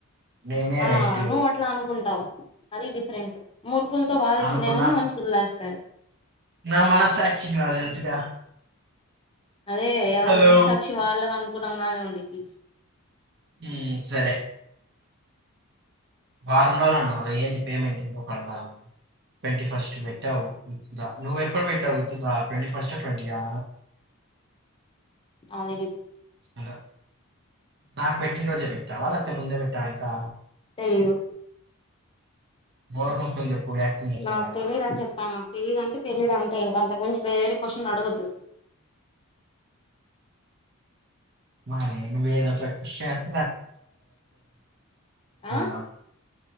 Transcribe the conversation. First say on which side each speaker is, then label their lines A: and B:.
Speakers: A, on the right; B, on the left.
A: నేనే
B: ఆ
A: రైటు
B: నువ్వు అట్లా అనుకుంటావు అది డిఫరెన్స్ ముర్ తింతో వాధించలేమని
A: అనుకున్నా.
B: మనుషు లేస్తారు
A: నా మనస్సాక్షికి నాకు తెలుసుగా.
B: అదే ఎవరి
A: హలో!
B: మనసక్షి వాళ్ళకి అనుకోలంగానే ఉండిది
A: ఉం సరే వారం రోజు అన్నారు ఏది పేమెంట్ ఇంకా పడాల ట్వంటీ ఫస్ట్ పెట్టావు విత్ డ్రా నువ్వ ఎప్పుడు పెట్టావు withdraw twenty first twenty yeah
B: అది వి
A: అద నాకు పెట్టినరోజె పె ఎవరా అత్త ముందే పెట్టా వా ఇంకా
B: తెలీదు
A: నోరు ముసుకొని చెప్పు యాక్టింగ్ లేకుండా
B: నాకు తెలియ దనిచెప్పాన తెలిదంటే తెలీయదు అంతే ఇంక అంతకు మించి వేరే క్వశ్చన్ అడగద్దు
A: <unintelligible> పర్ఫ్యూమ్
B: ఆ
A: నాక్